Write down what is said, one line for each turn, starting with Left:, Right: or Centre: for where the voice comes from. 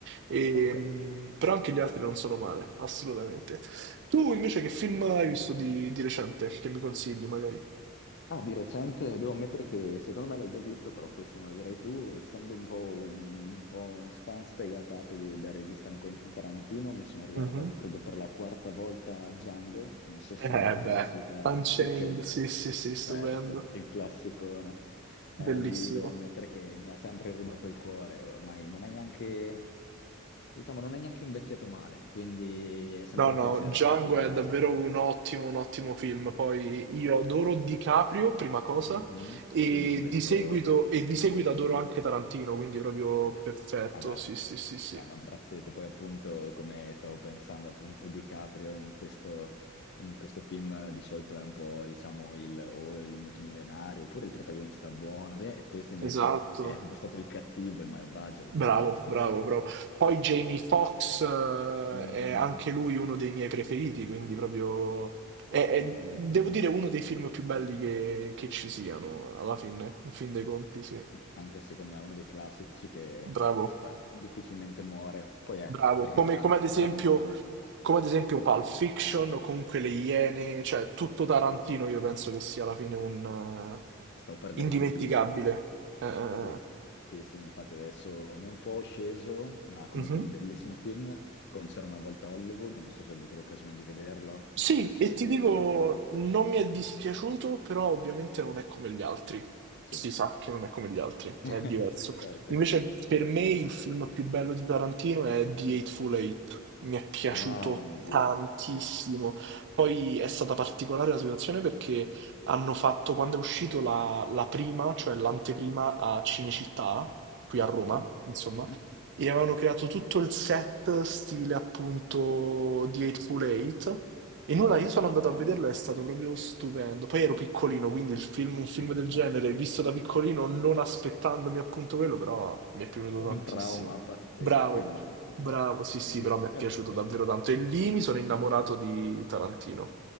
Right: E,
Left: Ok.
Right: mh, però anche gli altri non sono male, assolutamente. Tu invece che film hai visto di, di recente che mi consigli magari?
Left: Ah, di recente devo ammettere che secondo me l'hai già visto, però questo me lo direi tu, essendo un po' un, un po' un fan sfegatato di- del regista Quentin Tarantino, mi sono riguardato
Right: Mhm.
Left: credo per la quarta volta Django, non so se
Right: Eh
Left: hai mai avuto
Right: beh,
Left: la possibilità,
Right: Unchained,
Left: <laughs> ok,
Right: sì, sì, sì, stupendo,
Left: certo, il classicone. Eh,
Right: bellissimo.
Left: lui devo ammettere che mi ha sempre rubato il cuore, ormai non è neanche, diciamo, non è neanche invecchiato male, quindi è sempre
Right: No, no,
Left: un piacere
Right: Django
Left: riguardarla.
Right: è davvero un ottimo, un ottimo film. Poi io adoro DiCaprio, prima cosa,
Left: Mhm.
Right: e
Left: Quindi in questo...
Right: di seguito, e di
Left: Mhm.
Right: seguito adoro anche Tarantino, quindi proprio
Left: Ah,
Right: perfetto.
Left: eh beh,
Right: Sì, sì, sì, sì.
Left: vanno a braccetto. Poi appunto, come stavo pensando appunto di Caprio in questo, in questo film eh, di solito è un po', diciamo, il, o il multimilionario oppure il protagonista buono. que- Questo invece
Right: Esatto.
Left: è proprio stato il cattivo, il malvagio, il
Right: Bravo,
Left: pazzo.
Right: bravo,
Left: e
Right: bravo. Poi
Left: questo...
Right: Jamie Foxx eh,
Left: Mhm,
Right: è anche lui uno dei miei preferiti, quindi proprio... È,
Left: totalmente.
Right: è- devo dire, uno dei film più belli che, che ci siano, alla fine, in fin dei conti, sì.
Left: Anche secondo me è uno dei classici che <laughs> eh,
Right: Bravo,
Left: fa- difficilmente muore. Poi è,
Right: bravo.
Left: per
Right: Come,
Left: carità,
Right: come ad esempio...
Left: Tarantino.
Right: come ad esempio Pulp Fiction o comunque Le Iene, cioè tutto Tarantino io penso che sia alla fine
Left: Sì.
Right: un eh,
Left: Stavo per dirlo
Right: indimenticabile.
Left: anch'io, giuro.
Right: Eh, eh,
Left: Sì,
Right: eh.
Left: sì, sì, infatti adesso mi è un po' sceso, ma comunque
Right: mhm.
Left: è un bellissimo film, con C'era una volta a Hollywood, non so se hai avuto l'occasione di vederlo,
Right: Sì,
Left: che è uscito
Right: e ti
Left: qualche
Right: dico,
Left: anno fa.
Right: non mi è dispiaciuto, però ovviamente non è come gli altri.
Left: Sì,
Right: Si sa che non è come gli altri, è
Left: <laughs>
Right: diverso.
Left: certo.
Right: Invece per me il film più bello di Tarantino è The
Left: Mm.
Right: Eightful Eight. Mi è piaciuto
Left: Ah, mio Dio,
Right: tantissimo.
Left: sì,
Right: Poi è stata particolare la situazione perché hanno fatto, quando è uscito la, la prima, cioè l'anteprima a Cinecittà, qui a Roma,
Left: sì.
Right: insomma,
Left: Mhm.
Right: e avevano creato tutto il set stile appunto The Eightful Eight e nulla, io
Left: No,
Right: sono
Left: stupendo.
Right: andato a vederlo, è stato proprio stupendo. Poi ero piccolino, quindi il film- un film
Left: <laughs>
Right: del genere, visto da piccolino, non aspettandomi appunto quello, però mi è piaciuto
Left: Un
Right: tantissimo.
Left: trauma pazzesco,
Right: Bravo,
Left: immagino.
Right: bravo, sì,
Left: <laughs>
Right: sì, però mi è
Left: Ok.
Right: piaciuto davvero tanto. E lì mi sono innamorato di Tarantino.